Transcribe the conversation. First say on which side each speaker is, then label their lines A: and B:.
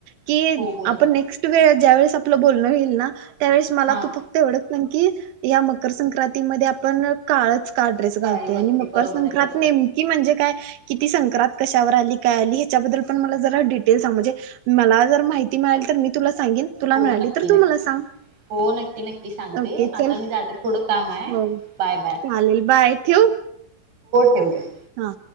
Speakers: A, on the right; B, on the right.
A: की
B: हो बोल
A: आपण
B: ना.
A: नेक्स्ट वेळ ज्या वेळेस आपलं बोलणं होईल ना. त्यावेळेस मला
B: हा
A: तू फक्त एवढच. सांग की या मकर संक्रांती मधे आपण काळच. का ड्रेस
B: काळी
A: घालतोय.
B: वस्त्रे
A: आणि मकर
B: बरोबर
A: संक्रांत
B: आहे बरोबर
A: नेमकी म्हणजे काय की ती संक्रांत कशावर आली, काय आली हेच्या बद्दल पण मला डिटेल सांग. म्हणजे मला जर माहिती मिळाली तर मी तुला. सांगेन. तुला
B: हो
A: मिळाली
B: नक्की
A: तर
B: नक्की
A: तू मला सांग
B: हो नक्की नक्की सांगते.
A: ओके
B: आता
A: चल
B: मी जाते थोडं काम आहे
A: हो
B: बाय बाय.
A: चालेल बाय ठेऊ
B: येऊदे.
A: हा.